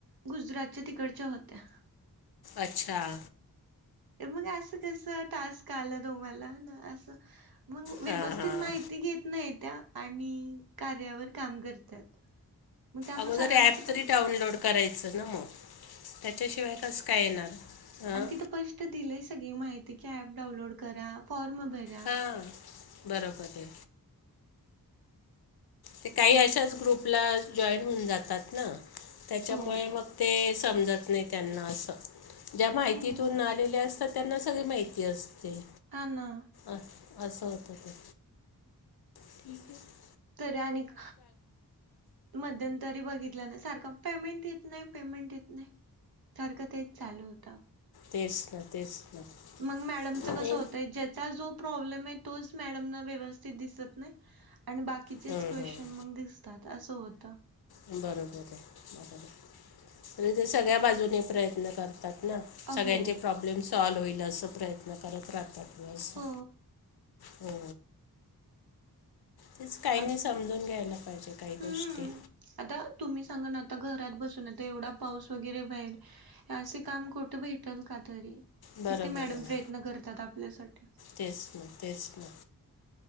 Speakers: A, on the right (about 75°); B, on the left (about 80°).
A: गुजरातच्या तिकडच्या होत्या.
B: अच्छा‌.
A: त्या म्हणे आसं कसं टास्क आलं ना मला ना आसं. मंग व्यवस्थित
B: हां हां
A: माहिती घेत नाही त्या आणि कार्यावर काम करतात. मग त्यामुळे
B: आगोदर
A: सरांची
B: ऍप
A: पण
B: तरी डाउनलोड करायचं ना म त्या च्याशिवाय कसं काय येणार. हां
A: आनं तिथं पष्ट दिलेय सगळी माहिती की ऍप डाऊनलोड करा फॉर्म भर
B: हां बरोबर आहे. ते काही अशाच ग्रुपला जॉईन होऊन जातात ना. त्याच्यामुळे
A: हो
B: मग ते समजत नाही त्यांना असं ज्या माहितीतून
A: हो
B: आलेल्या अस त त्यांना सगळी माहिती असते.
A: आन्.
B: आस आसं होत ते. ह <inaudible>
A: तरी आणिक मध्यंतरी बघितल्या ना सारखं पेमेंट येत नाही पेमेंट येत नाही. सारखं तेच चालू होतं.
B: तेस ना तेस ना.
A: मंग मॅडमच
B: नाही
A: कसं होतंय ज्याचा जो प्रॉब्लेम आहे तोच मॅडमना व्यवस्थित दिसत नाही आणि बाकीचेच
B: हं,
A: क्वेश्चन
B: हं.
A: मंग दिस तात आसं होतं.
B: बरोबर आहे तरी ते सगळ्या बाजूनी प्रयत्न करतात. ना
A: अहो
B: सगळ्यांचे प्रॉब्लेम सॉल होईल असं प्रयत्न करत राहतात. नाही सो.
A: हो
B: हो. तेच काहीनी
A: आ
B: समजून घ्यायला पाहिजे काही
A: हम्म
B: गोष्टी.
A: आता तुम्ही सांगा ना आता घरात बसून आता एवढा पाऊस वगैरे बाहेर असे काम कुठं भेटेल का तरी?
B: बरोबर
A: किती मॅडम
B: आहे ना
A: प्रयत्न करतात आपल्यासाठी.
B: तेच ना, तेच ना.